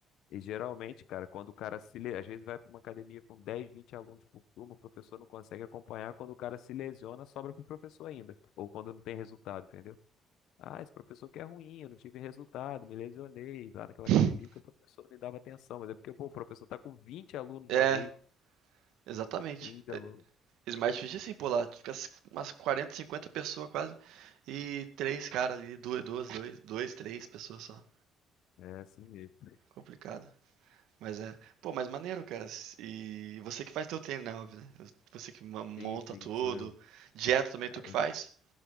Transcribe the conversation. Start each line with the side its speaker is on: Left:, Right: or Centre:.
Left: e geralmente, cara, quando o cara se, le- às vezes vai para uma academia com 10, 20 alunos por turma, o professor não consegue acompanhar, quando o cara se lesiona, sobra para o professor ainda, ou quando não tem resultado, entendeu? Ah, esse professor que é ruim, eu não tive resultado, me lesionei lá naquela
Right: <laughs>
Left: academia porque o professor não me dava atenção, mas é porque, pô, o professor tá com 20 alunos
Right: É,
Left: de uma vez,
Right: exatamente.
Left: Íngalo,
Right: É, Smart Fit é assim, pô, lá fica as- umas 40, 50 pessoas quase, e três caras ali, duas, duas, dois, dois, três pessoas só.
Left: é assim mesmo.
Right: Complicado. Mas é. Pô, mas maneiro, cara. E você que faz teu treino, né? Óbvio, né? Você que ma- monta
Left: Sim, sim,
Right: tudo.
Left: sou eu.
Right: Dieta também tu
Left: Ah,
Right: que
Left: eu-
Right: faz?